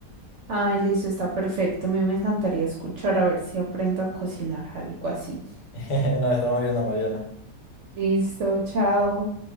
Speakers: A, on the right (about 60°); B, on the left (about 85°).
A: ay, listo, está perfecto. A mí me encantaría escuchar a ver si aprendo a cocinar algo así.
B: <laughs> Nos estamos viendo, Mariana.
A: Listo, chao.